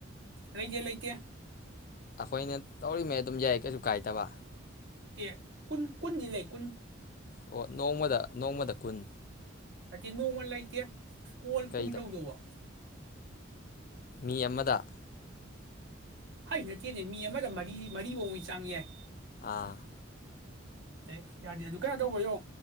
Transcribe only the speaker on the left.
ꯑꯩꯈꯣꯏꯅ ꯇꯧꯔꯤꯃꯩ ꯑꯗꯨꯝ ꯌꯥꯏ ꯀꯩꯁꯨ ꯀꯥꯏꯗꯕ
ꯑꯣ ꯅꯣꯡꯃꯗ ꯅꯣꯡꯃꯗ ꯀꯨꯟ
ꯀꯩꯗ
ꯃꯤ ꯑꯃꯗ
ꯑꯥ